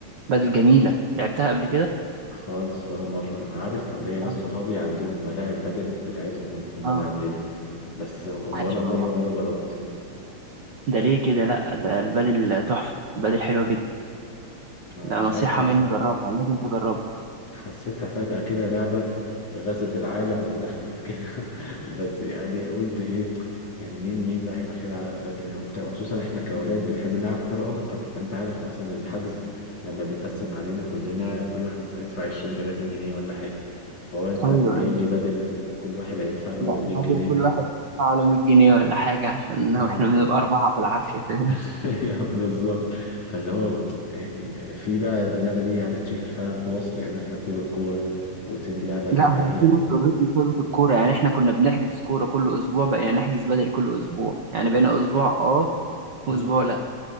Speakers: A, on the right; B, on the left.
A: بدل جميلة لعبتها قبل كده؟
B: خالص ولا مرة أنا عارف ليا ناس
A: لا.
B: صحابي عندهم ملاعب بدل بتاعتهم هم هم
A: آه
B: اللي عاملينها بس ولا
A: عايش
B: مرة
A: والله
B: ولا جربت
A: ده ليه كده لأ ده البدل تحفة البدل حلوة جدا
B: ما
A: لا
B: مش
A: نصيحة
B: عارف حاسس
A: مني جربها لازم تجربها
B: حسيتها فجأة كده لعبة غزت العالم ودخلت كده <laughs> بس يعني قلت ايه يعني مين مين بقى هيروح يلعب بدل وبتاع وخصوصا احنا كأولاد بنحب نلعب كورة أكتر فأنت عارف مثلا الحجز لما بيتقسم علينا كلنا كل واحد مثلا يدفع 20 30 جنيه ولا حاجة فهو أنت
A: ايوه
B: جايب
A: ايوه
B: لي بدل كل واحد هيدفع له
A: لا
B: 100
A: بدل
B: جنيه
A: كل واحد يدفع له 100 جنيه ولا حاجه عشان
B: اه
A: احنا بنبقى اربعه بالعافيه فاهم
B: <laughs> أيوه، بالظبط فاللي هو يعني في بقى اللعبة دي هتتشهر فعلا في مصر يعني الناس هتسيب الكورة وتسيب اللعبة
A: <laughs>
B: الجماعية
A: لا هو في ناس اوريدي سابت الكوره يعني احنا كنا بنحجز كوره كل اسبوع بقينا نحجز بدل كل اسبوع يعني بقينا اسبوع اه واسبوع
B: مم.
A: لا